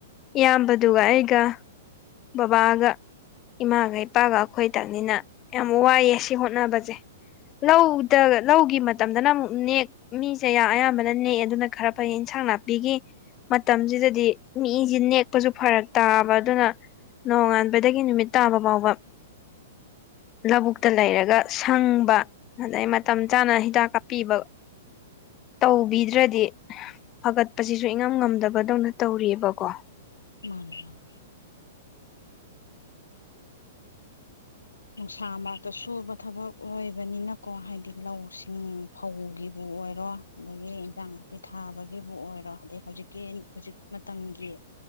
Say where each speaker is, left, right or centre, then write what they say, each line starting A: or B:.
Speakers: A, on the left; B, on the left.
A: ꯏꯌꯥꯝꯕꯗꯨꯒ ꯑꯩꯒ ꯕꯕꯥꯒ ꯏꯃꯥꯒ ꯏꯄꯥꯒ ꯑꯩꯈꯣꯏ ꯇꯥꯅꯤꯅ ꯌꯥꯝ ꯋꯥꯏꯑꯦ ꯁꯤ ꯍꯣꯠꯅꯕꯁꯦ ꯂꯧꯗ ꯂꯧꯒꯤ ꯃꯇꯝꯗꯅ ꯑꯃꯨꯛ ꯅꯦꯛ ꯃꯤꯁꯦ ꯑꯌꯥꯝꯕꯅ ꯅꯦꯛꯑꯦ ꯑꯗꯨꯅ ꯈꯔ ꯐꯩ ꯏꯟꯁꯥꯡ ꯅꯥꯄꯤꯒꯤ ꯃꯇꯝꯁꯤꯗꯗꯤ ꯃꯤꯁꯦ ꯅꯦꯛꯄꯁꯨ ꯐꯔꯛ ꯇꯥꯕ ꯑꯗꯨꯅ ꯅꯣꯡꯉꯥꯟꯕꯗꯒꯤ ꯅꯨꯃꯤꯠ ꯇꯥꯕ ꯐꯥꯎꯕ ꯂꯧꯕꯨꯛꯇ ꯂꯩꯔꯒ ꯁꯪꯕ ꯑꯗꯩ ꯃꯇꯝ ꯆꯥꯅ ꯍꯤꯗꯥꯛ ꯀꯥꯞꯄꯤꯕ ꯇꯧꯕꯤꯗ꯭ꯔꯗꯤ ꯐꯒꯠꯄꯁꯤꯁꯨ ꯏꯉꯝ ꯉꯝꯗꯕꯗꯧꯅ ꯇꯧꯔꯤꯑꯕꯀꯣ
B: ꯃꯥꯟꯅꯤ ꯃꯥꯟꯅꯤ ꯅꯨꯡꯁꯥ ꯃꯔꯛꯇ ꯁꯨꯕ ꯊꯕꯛ ꯑꯣꯏꯕꯅꯤꯅꯀꯣ ꯍꯥꯏꯗꯤ ꯂꯧꯁꯤꯡ ꯐꯧꯒꯤꯕꯨ ꯑꯣꯏꯔꯣ ꯑꯗꯒꯤ ꯏꯟꯖꯥꯡ ꯅꯥꯄꯤ ꯊꯥꯕꯒꯤꯕꯨ ꯑꯣꯏꯔꯣ ꯑꯗꯩ ꯍꯧꯖꯤꯛꯀꯤ ꯍꯧꯖꯤꯛ ꯃꯇꯝꯒꯤ